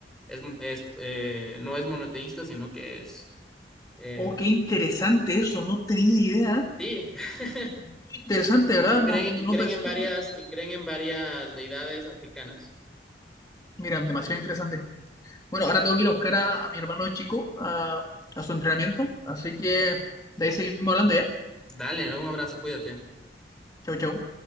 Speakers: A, in the centre; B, on the left (about 20°).
A: es, es, eh, no es monoteísta, sino que es... eh,
B: Oh, qué interesante eso, no tenía idea.
A: sí, <laughs>
B: Muy interesante, ¿verdad?
A: y creen,
B: No, no
A: y creen
B: pensé.
A: en varias, y creen en varias deidades africanas.
B: Mira, demasiado interesante. Bueno, ahora tengo que ir a buscar a, a mi hermano chico a, a su entrenamiento, así que de ahí seguimos hablando ya.
A: Dale, un abrazo, cuídate.
B: Chau, chau.